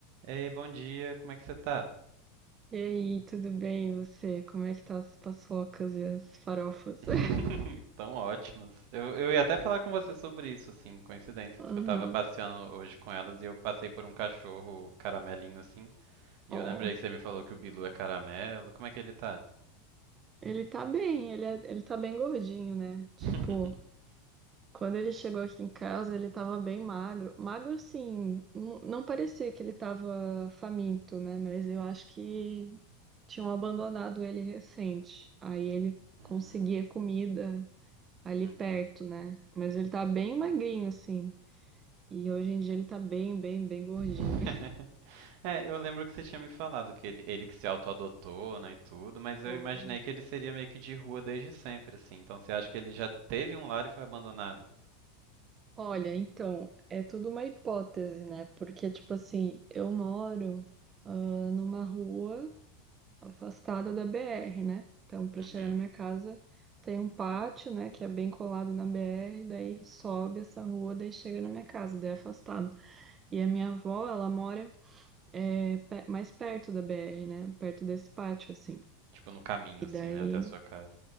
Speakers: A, on the right; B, on the right.
A: Ei, bom dia, como é que você tá?
B: E aí, tudo bem? E você? Como é que tá as paçocas e as farofas?
A: <laughs>
B: <laughs>
A: Tão ótimas. Eu, eu ia até falar com você sobre isso, assim, coincidência,
B: Aham.
A: porque eu tava passeando hoje com elas e eu passei por um cachorro caramelinho, assim, e
B: Ó,
A: eu lembrei que você me falou que o Bilu é caramelo. Como é que ele tá?
B: ele tá bem, ele, é, ele tá bem gordinho, né? Tipo,
A: <laughs>
B: quando ele chegou aqui em casa, ele tava bem magro. Magro, sim, não, não parecia que ele tava faminto, né? Mas eu acho que tinham abandonado ele recente. Aí ele
A: Hum,
B: conseguia comida ali
A: uhum.
B: perto, né? Mas ele tá bem magrinho, sim. E hoje em dia ele tá bem, bem, bem gordinho.
A: <laughs>
B: <laughs>
A: É, eu lembro que você tinha me falado que ele, ele que se auto-adotou, né, e tudo, mas eu
B: Pô,
A: imaginei que ele seria meio que de rua desde sempre, assim. Então você acha que ele já teve um lar e foi abandonado?
B: Olha, então, é tudo uma hipótese, né? Porque, tipo assim, eu moro, ah, numa rua afastada da BR, né? Então, para
A: Uhum.
B: chegar na minha casa, tem um pátio, né, que é bem colado na BR, daí sobe essa rua, daí chega na minha casa, daí é afastado. E a minha avó, ela mora, eh, pe- mais perto da BR, né? Perto desse pátio, assim.
A: Tipo, no caminho,
B: E
A: assim,
B: daí,
A: né? Até a sua casa.